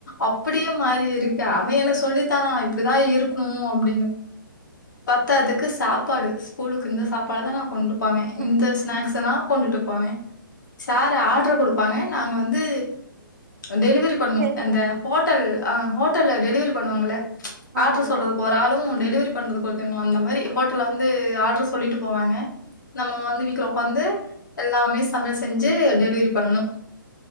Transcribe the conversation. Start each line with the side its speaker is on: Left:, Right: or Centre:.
Left: அப்படியே மாறி இருக்கு அவ என்ன சொல்லித்தரான் இப்டிதா இரு இருக்கணும் அப்டின்னு பத்தாதுக்கு சாப்பாடு ஸ்கூலுக்கு இந்த சாப்பாடு தா நா கொண்டு போவே
Right: ம்
Left: இந்த ஸ்நாக்ஸ நா கொண்டுட்டு போவே சாரு ஆட்ரு கொடுப்பாங்க நாங்க வந்து டெலிவரி பண்ணும்அந்த
Right: செய்து குடுக்கணு
Left: ஹோட்டல் ஆ ஹோட்டல டெலிவரி பண்ணுவாங்களே
Right: ஆமா
Left: ஆட்று
Right: ஆமா
Left: சொல்றதுக்கு ஒரு ஆளு ஒத்துகுனும் டெலிவரி பண்றதுக்கு அந்தமாரி ஹோட்டல்ல வந்து ஆட்ரு சொல்லட்டு போவாங்க நம்ப வந்து வீட்ல ஒக்காந்து எல்லாமே <unintelligible> செஞ்சு டெலிவரி பண்ணனும்